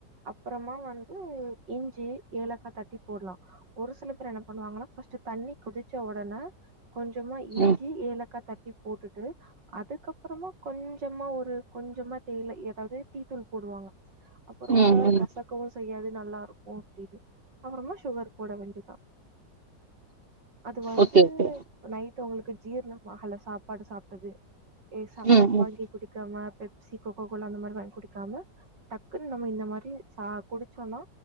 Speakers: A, on the right (about 75°); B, on the right (about 35°).
A: அப்பறமா வந்து இஞ்சி ஏலக்கா தட் டி போட்லா ஒரு சில பேர் என்ன பண்ணுவாங்கன்னா ஃபஸ்ட்டு தண்ணி கொதிச்ச ஒடன கொஞ்சமா இஞ்சி
B: ம்
A: ஏலக்கா தட்டி போட்டு டு அதுக்கப்பறமா கொஞ்சமா ஒரு கொஞ்சமா தேய்ல எதாவ்து டீத்தூள் போடுவாங்க ச்ச் அப்போ ரொம்ப
B: ம் ம்
A: கசக்கவு செய்யாது நல்லாருக்கு டீ <unintelligible> அபறமா சுகர் போட வேண்டிதா அது வந்து
B: ஓகே ஓகே
A: நைட் டு உங்குளுக்கு ஜீரணம் ஆகல சாப்பாடு சாப்ட்டது ஏ செவனப்
B: ம் ம்
A: வாங்கி குடிக்காமா பெப் சீ கொக்கோகோலா அந்த மாரி வாங்கி குடிக்காம டக்குன்னு நம்ம இந்த மாரி சா குடிச்சோன்னா